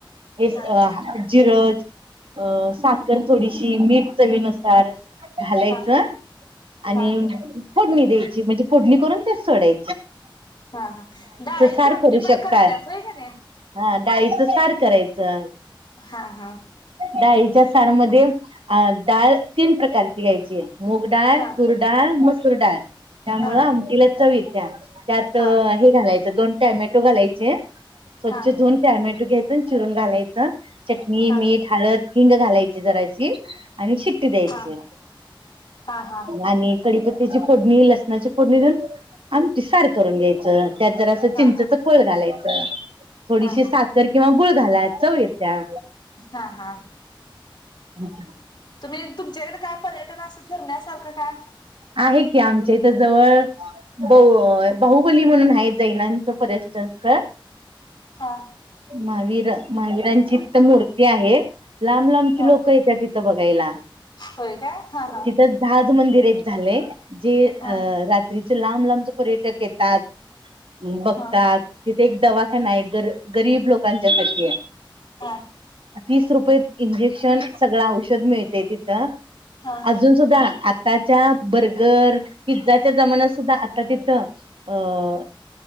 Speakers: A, on the left; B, on the right.
A: हा
B: हे अ जिर ज अ साखर थोडीशी मीठ चवी नुसार घालायचं
A: हा
B: आणि
A: हा
B: फोडणी द्यायची म्हणजे फोडणी करून त्यात सोडाय
A: हा हा डाळीची
B: सार
A: आमटी
B: करू
A: पण
B: शकता.
A: कर त्याच हाय कनाय
B: हा डाळीचं सार करायचं
A: हा हा
B: डाळीच्या सार मध्ये डाळ तीन प्रकारची घ्यायची ये. मूग डाळ,
A: हा
B: तूर डाळ, मस् सुर डाळ त्यामुळं
A: हा
B: आमटीला चव ये त्या त्यात
A: हा हा
B: हे, घालायचं दोन टॅमॅटो घालाय चे स्वच्छ
A: हा
B: धुऊन टॅमेटो घ्याय चिरून घालायचा चटणी,
A: हा
B: मीठ, हळद हिंग घालायची जराशी आणि शिट्टी द्यायची
A: हा हा हा हा
B: आणि कडीप त्याची फोडणी लसणाची फोडणी देऊन, आमटी सार करून घ्यायचं. त्यात जरा, असं
A: हा
B: चिंचचा कोळ घालाय थोडीशी
A: हा
B: साखर किंवा गुळ- घालाय चव येत्या
A: हा हा.
B: अच्छा
A: तुम्ही तुमच्याकडे काय परय- तर असं फिरण्या सारखं काय?
B: आहे की आमच्या इथं जवळ बहु बाहुबली म्हणून आहेत जैनांच्या पर्यटन स्थळ
A: हा
B: माहवीरा महावीरांची तिथं मूर्ती आहे. लांब लांबची
A: हा
B: लोकं येत्या तिथं बघायला.
A: होय काय हा हा
B: तिथं जहाज मंदिर एक झाले. जे अ
A: हा
B: रात्रीचे लाव मुलांचा पर्यटक येतात. बघतात
A: हा
B: तिथे एक दवा नाही ग गरीब लोकांच्यासाठी आहे.
A: हा
B: तीस रुपये इंजेक्शन सगळं औषध मिळते तिथं.
A: हा
B: अजून सुद्धा आताच्या बर्गर पिझ्झाच्या जमान्यात सुद्धा आता तिथं अ